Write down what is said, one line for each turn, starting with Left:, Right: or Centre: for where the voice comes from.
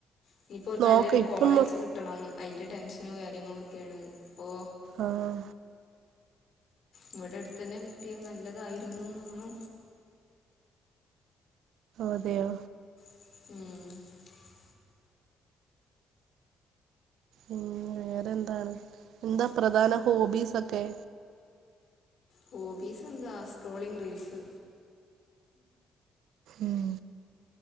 Left: ഇനിയിപ്പോ ഒരു
Right: നോക്ക്
Left: നല്ലൊരു
Right: ഇപ്പം
Left: കോളേജ്
Right: മൊ
Left: കിട്ടണം അയ്ന്റെ ടെൻഷനും കാര്യങ്ങളും ഒക്കെയാണ് അപ്പോ
Right: ആഹ്
Left: ഇവടെ അടുത്തതന്നെ കിട്ടിയാ നല്ലതായിരുന്നുന്നാണ്.
Right: അതെയോ?
Left: ഉം
Right: ഉം വേറെന്താണ് എന്താ പ്രധാന ഹോബീസൊക്കെ?
Left: ഹോബീസെന്താ സ്ട്രോലിങ് റീൽസ്
Right: ഉം